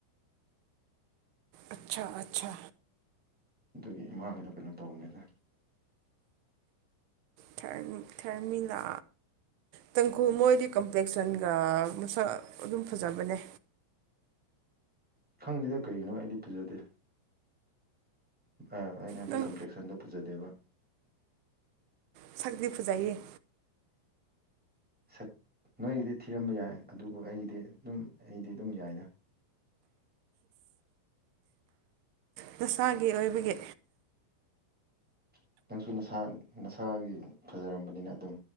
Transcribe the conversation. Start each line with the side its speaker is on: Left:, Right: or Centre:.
Right: ꯑꯆꯥꯆꯥ ꯑꯆꯥ
Centre: ꯑꯗꯨꯒꯤ ꯏꯃꯥꯡꯗꯣ ꯀꯩꯅꯣ ꯇꯧꯕꯅꯤꯗ
Right: ꯊꯔ ꯊꯔꯃꯤꯂꯥ ꯇꯥꯡꯈꯨꯜ ꯃꯣꯏꯗꯤ ꯀꯝꯄ꯭ꯂꯦꯛꯁꯟꯒ ꯃꯁꯛ ꯑꯗꯨꯝ ꯐꯖꯕꯅꯦ
Centre: ꯈꯪꯗꯦꯗ ꯀꯔꯤꯅꯣ ꯑꯩꯗꯤ ꯐꯖꯗꯦ ꯑꯩꯅ ꯍꯥꯏꯕꯗꯤꯛ
Right: ꯅꯪ
Centre: ꯀꯝꯄ꯭ꯂꯦꯛꯁꯟꯗ ꯄꯨꯖꯗꯦꯕ
Right: ꯁꯥꯛꯂꯤ ꯐꯨꯖꯩꯌꯦ
Centre: ꯁꯛ ꯅꯣꯏꯒꯤꯗꯤ ꯊꯤꯔꯝꯕ ꯌꯥꯏ ꯑꯗꯨꯕꯨ ꯑꯩꯒꯤꯗꯤ ꯑꯗꯨꯝ ꯑꯩꯗꯤ ꯑꯗꯨꯝ ꯌꯥꯏꯅ
Right: ꯅꯁꯥꯒꯤ ꯑꯣꯏꯕꯒꯤ
Centre: ꯅ ꯅꯪꯁꯨ ꯅꯁꯥ ꯅꯁꯥꯒꯤ ꯐꯖꯔꯝꯕꯅꯤꯅ ꯑꯗꯨꯝ